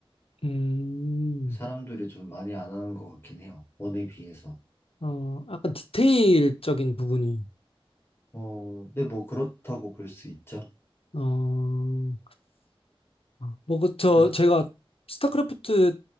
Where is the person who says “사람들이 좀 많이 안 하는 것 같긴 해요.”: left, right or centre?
Left